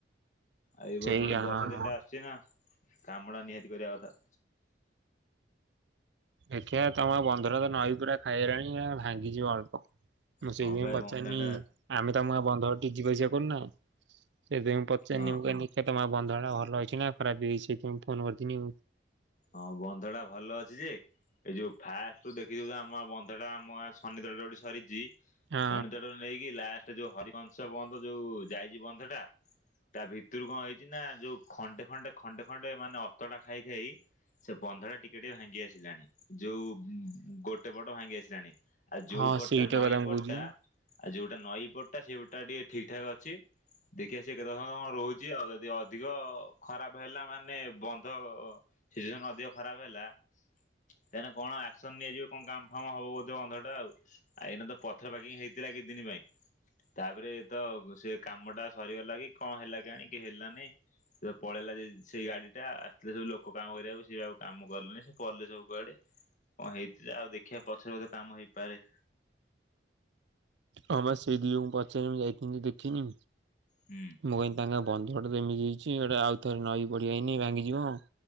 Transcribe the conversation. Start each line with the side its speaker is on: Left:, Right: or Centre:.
Left: ଆଉ ଏଇ ବର୍ଷ
Right: ସେଇ
Left: ଫୁଣି
Right: ହଁ
Left: ବର୍ଷା ଦିନଟା
Right: ହଁ
Left: ଆସୁଚି ନା କାମଟା ନିହାତି କରିବା କଥା।
Right: ଦେଖିବା ତମ ବନ୍ଧୁଟା ତ ନଈ ପୁରା ଖାଇଗଲାଣି ଆଉ ଭାଙ୍ଗିଯିବ ଅଳ୍ପ। ମୁଁ
Left: ହଁ
Right: ସେଇଥିପାଇଁ
Left: ବା ଏ
Right: ପଚାରନି।
Left: ବନ୍ଧ ଟା
Right: ଆମେ ତମଗାଁ ବନ୍ଧରେ ଟିକେ ଯିବା ଆସିବା କରୁନା ସେଥିପାଇ ମୁଁ ପଚାରିନି
Left: ହଁ
Right: ମୁ କିହୀନି। ସେ ତମ ଗାଁ ବନ୍ଧ ଟା ଭଲ ହେଇଛି ନା ଖରାପ ହେଇଛି ଫୋନ କରିଥିନି।
Left: ହଁ ବନ୍ଧ ଟା ଭଲ ଅଛି ଯେ ଏଇ ଯୋଉ ଫାଷ୍ଟେ ରୁ ଦେଖିଥୀବୁ ତ ଆମ ଗାଁ ବନ୍ଧଟା ଆମ ଶନି ତୋଟା ଯୋଉଠି ସରିଛି
Right: ହଁ
Left: ଶନି ତୋଟାରୁ ନେଇକି ଲାଷ୍ଟେ ଯୋଉ ହରିକଂଶ ବନ୍ଧ ଯୋଉ ଯାଇଛି ବନ୍ଧ ଟା ତା ଭିତରୁ କଣ ହେଇଚି ନା ଯୋଉ ଖଣ୍ଡେ ଖଣ୍ଡେ ଖଣ୍ଡେ ଖଣ୍ଡେ ମାନେ ଅତଡା ଖାଇ ଖାଇ ସେ ବନ୍ଧ ଟା ଟିକେ ଟିକେ ଭାଙ୍ଗି ଆସିଲାଣି ଯୋଉ ଗୋଟେ ପଟ ଭାଙ୍ଗି ଆସିଲାଣି। ଆଉ ଯୋଉ
Right: ହଁ
Left: ପଟଟା
Right: ସେଇଟା
Left: ନଈ
Right: କଥା ମୁଁ
Left: ପଟଟା
Right: କହୁଛି ବା
Left: ଆଉ ଯୋଉଟା ନଈ ପଟଟା ସେ ପଟା ଟିକେ ଠିକ୍ ଠାକ୍ ଅଛି। ଦେଖି ଆସେ କେତେ ସମ କଣ ରହୁଚି ଆଉ ଯଦି ଅଧିକ ଖରାପ ହେଲା ମାନେ ବନ୍ଧ। ସିଚୁଏସନ୍ ଅଧିକ ଖରାପ ହେଲା ତାହାନେ କଣ ଆକ୍ସନ୍ ନେଇଆଯିବ କଣ କାମ ହଁ ହବ ବୋଧେ ବନ୍ଧଟା ଆଉ ଏଇନା ତ ପଥର ପେକିଙ୍ଗି ହେଇଥିଲା କେତେଦିନ ପାଇଁ ତାପରେ ତ ସେ କାମ ଟା ସରିଗ ଲାକି? କଣ ହେଲା କେଇଆଣିି କି ହେଲାନେହି ସେ ପଳେଇଲା ସେଇ ଗାଡି ଟା ଆସିଥିଲେ ସବୁ ଲୋକ। କ କାମ କରିବାକୁ ସିଏ ଆଉ କାମ କଲେନେହିଁ ସେ ପଲେ ସବୁ କୁଆଡେ। ହଁ ହେଇଥିଲା ଆଉ ଦେଖିବା ପଛରେ ବୋଧେ କାମ ହେଇପାରେ।
Right: ହଁ ପା ସେଇ ଦିଜଣଙ୍କୁ ପଚାରିମି ଯାଇଥିନି ଦେଖିନି।
Left: ହୁଁ।
Right: ମୁଁ କହିନି ତାଙ୍କ ବନ୍ଧଟା ତ ଏମିତି ହେଇଚି ହେଟା ଆଉ ଥରେ ନଈ ବଢିଆଇନେ ଭାଙ୍ଗିଯିବ।